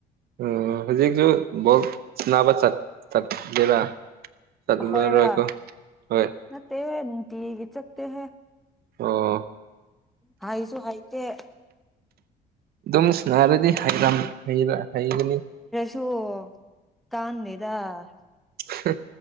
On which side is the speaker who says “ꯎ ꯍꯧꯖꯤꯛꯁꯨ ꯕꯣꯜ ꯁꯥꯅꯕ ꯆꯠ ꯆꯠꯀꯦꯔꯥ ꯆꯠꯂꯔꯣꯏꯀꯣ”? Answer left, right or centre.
Right